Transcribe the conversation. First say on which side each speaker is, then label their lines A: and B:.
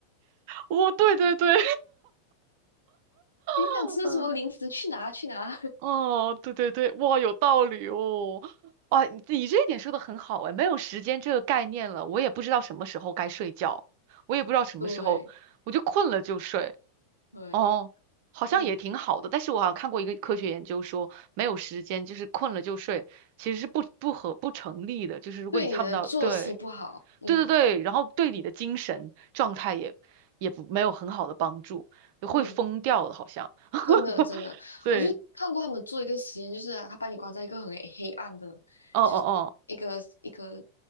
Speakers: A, on the right; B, on the left.
A: 哦对对对，
B: <laughs> 你想吃什么零食去拿去拿。
A: <laughs> 嗯哦对对对，哇有道理哦。哇，你这一点说的很好哎，没有时间这个概念了，我也不知道什么时候该睡觉，我也不知道什么时候，
B: <laughs> 对
A: 我就困了就睡。
B: 对，
A: 哦，好像也挺好的，
B: 嗯，
A: 但是我好像看过一个科学研究说，没有时间就是困了就睡，其实是不不合不成立的。就是如果你看不到，
B: 对你的作息不好，
A: 对
B: 嗯
A: 对对对，然后对你的精神状态也也不没有很好的帮助，
B: 嗯
A: 会疯掉的，
B: 嗯。
A: 好像。<laughs>
B: 真的真的，
A: 对，
B: 我就看过他们做一个实验，就是啊他把你关在一个很黑暗的，
A: 哦哦哦，
B: 就一个一个，